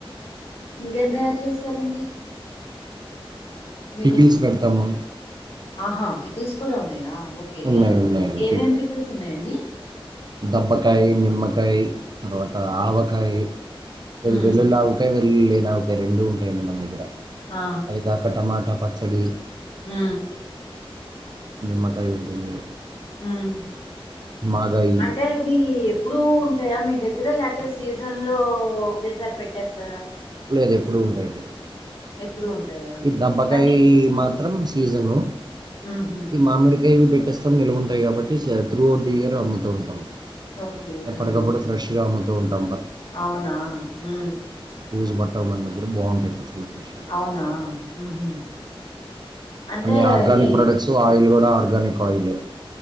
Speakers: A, on the left (about 80°); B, on the right (about 45°).
A: ఇంకేం తయారు చేస్తారండి మీరు
B: పికీల్స్ పెడుతాము
A: ఆహా పికిల్స్ కూడా ఉన్నాయా ఓకే
B: ఉన్నాయి
A: ఆ
B: ఉన్నాయండి
A: ఏమేమి పికిల్స్ ఉన్నాయండి
B: దబ్బకాయ్ నిమ్మకాయ్ తర్వాత ఆవకాయ్
A: ఉమ్
B: వెల్లుళ్ళి ఆవకాయ్ వెళ్లుళ్ళి నవకయ్ రెండూ ఉంటాయండి మన దగ్గర
A: ఆ
B: అది కాక టమాటా పచ్చడి
A: మ్
B: నిమ్మకాయ్ ఉంటుంది
A: మ్
B: మాగాయి
A: అంటే ఇవి ఎప్పుడు ఉంటాయా మీ దగ్గర లే తే సీజన్ లో ఒకేసారి పెట్టేస్తారా
B: లేదు ఎప్పుడు ఉంటాయండి
A: ఎప్పుడు ఉంటాయా
B: ఈ దబ్బకాయ
A: అంటే
B: మాత్రం సీజను
A: ఉహు
B: ఈ మామిడికాయవి పెట్టేస్త త్తం నిలువ ఉంటాయి. కాబట్టి సత్రూ దియార్ అమ్ముతూ ఉంటాం.
A: ఓకే
B: ఎప్పటికప్పుడు
A: ఆహా
B: ఫ్రెష్గా అమ్ముతాం ఉంటాం
A: అవునా ఊ
B: బూజుపట్టవ్ మన దగ్గర బాగుంటాయి. పచ్చళ్ళు ఫ్రెష్
A: అవునా ఉహు అంటే
B: అన్ని ఆర్గానిక్
A: అది
B: ప్రొడక్ట్స్ ఆయిల్ కూడా అన్ని ఆర్గానిక్ ఆయిలే